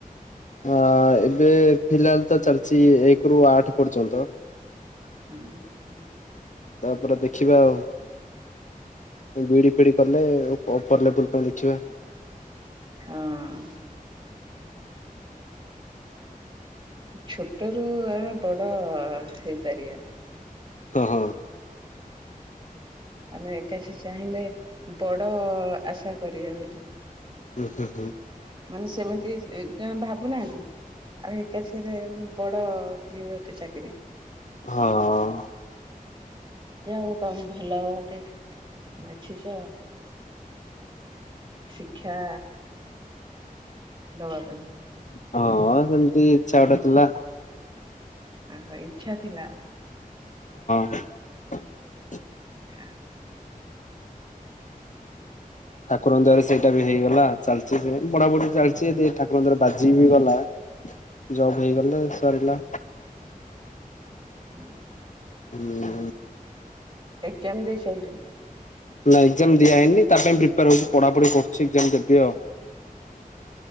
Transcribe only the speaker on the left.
ଅ ଏବେ ଫିଲାଲ ତ ଚାଲିଛି ଏକରୁୁ ଆଠ ପର୍ଯ୍ୟନ୍ତ।
ତାପରେ ଦେଖିବା ଆଉ ବିଡି ଫିଡି କଲେ ଉପର ଲେବୁଲ ପାଇଁ ଦେଖିବା।
ହଁ।
<inaudible>
ହଁ।
ହଁ ସେମିତି ଇଛା ଗୋଟେ ଥିଲା।
<inaudible>
ଠାକୁରଙ୍କ ଦୟା ରୁ ସେଇଟା ବି ହେଇଗଲା ଚାଲିଛି ସେମିତି ପଢ଼ାପଢ଼ି ଚାଲିଚ ଯଦି ଠାକୁରଙ୍କ ଦୟା ରୁ ବାଜି ବି ଗଲା ଜବ୍ ହେଇଗଲେ ସରିଲା।
ହୁଁ।
ନା ଏକ୍ଜାମ ଦିଆ ହେଇନି ତା ପାଇଁ ପ୍ରିପେୟାରଙ୍କୁ ପଢ଼ାପଢ଼ି କରୁଛି ଏକ୍ଜାମ ଦେବି ଆଉ।